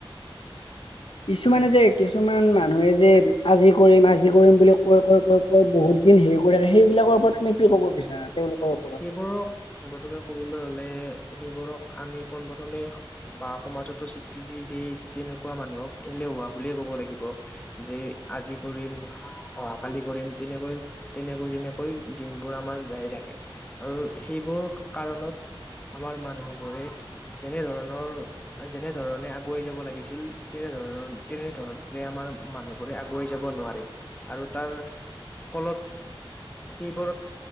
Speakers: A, on the left; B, on the left.
A: কিছুমানে যে কিছুমান মানুহে যে আজি কৰিম আজি কৰিম বুলি কয় কয় কয় বহুত দিন হেৰি কৰে সেইবিলাকৰ ওপৰত তুমি কি ক'ব বিচাৰা? তেওঁলোকৰ ওপৰত
B: সেইবোৰক প্ৰথমে কবলৈ গলে সেইবোৰক আমি পোন প্ৰথমে বা সমাজতো স্বীকৃতি দি‌ তেনেকুৱা মানুহক এলে বুলিয় ক'ব লাগিব যে আজি কৰিম অহাকালি কৰিম তেনেকৈ তেনেকৈ তেনেকৈ দিনবোৰ আমাৰ যায় থাকে আৰু সেইবোৰ কাৰণত আমাৰ মানুহবোৰে যেনে ধৰণৰ যেনে ধৰণে আগুৱাই যাব লাগিছিল তেনেধৰণে তেনেধৰণৰে আমাৰ মানুহবোৰে আগুৱাই যাব নোৱাৰে আৰু তাৰ- ফলত সেইবোৰ